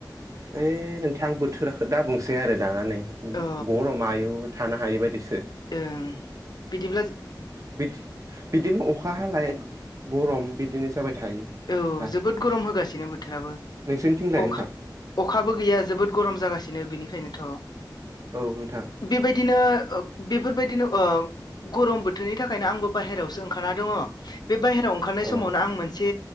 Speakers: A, on the right; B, on the left.
A: ओइ नोंथां बोथोराखौ दा बुंसै आरो दाना नै
B: औ
A: गरम आयु थानो हायै बायदिस।
B: ओं बिदिब्ला
A: बिदि बिदिनो अखा हालाय ग'रम बिदिनो जाबाय थायो
B: औ
A: दा
B: जोबोद ग'रम होगासिनो बोथोराबो
A: नोंसोरनिथिंलाय
B: अखा
A: नोंथां
B: अख खाबो गैया जोबोद ग'रम जागासिनो बिनिखायनोथ'
A: औ नोंथां
B: बेबायदिनो <unintelligible> बेफोरबायदिनो ओ ग'रम बोथोरनि थाखायनो आंबो बाहेरावसो ओंखारना दङ। बे बायहेराव ओंखारनाय समावनो
A: औ
B: आं मोनसे